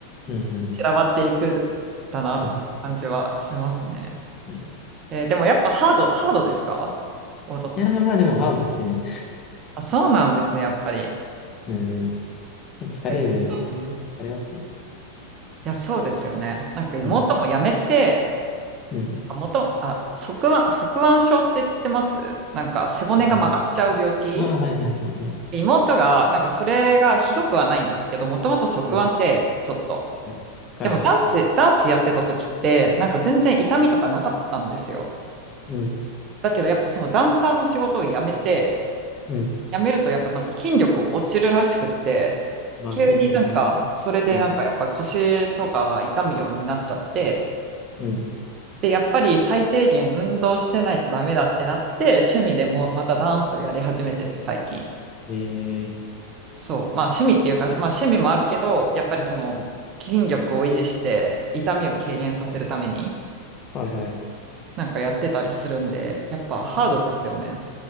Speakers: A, on the left; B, on the right.
A: うんうん。
B: 散らばっていくんだなっていう感じはしますね。
A: <laughs> そうですね。うん、い
B: えーでもやっぱハード、ハードですか踊っ
A: やー、まあでもハードですね。
B: あ、そうなんですね、やっぱり。
A: うんうん。疲れる、
B: えー
A: 疲れますね。
B: いや、そうですよね。なんか妹もやめて、
A: うん。うん。
B: もと、あ、側腕、側腕症って知ってますなんか背骨が曲がっちゃう病気
A: わかんない。ああ、はいはいはいはい。
B: 妹が、なんかそれがひどくはないんですけど、もともと側腕で、
A: うん。
B: ちょっと。
A: うんはいはい。
B: でもダンス、ダンスやってた時って、なんか全然痛みとかなかったんですよ。
A: うん。
B: だけどやっぱそのダンサーの仕事を辞めて、
A: うん。
B: やめるとやっぱなんか筋力落ちるらしくって、
A: まあそうするそうですね。
B: 急になんか、それでなんかやっぱ腰とかが痛むようになっちゃって、
A: うん。うん。
B: で、やっぱり最低限運動してないとダメだってなって、趣味でもまたダンスをやり始めてて最近。
A: え
B: そう。まあ趣味っていうか、まあ趣味もあるけど、やっぱりその筋力を維持して痛みを軽減させるために、
A: ー。はいはい。
B: なんかやってたりするんで、やっぱハードですよね。
A: いいです。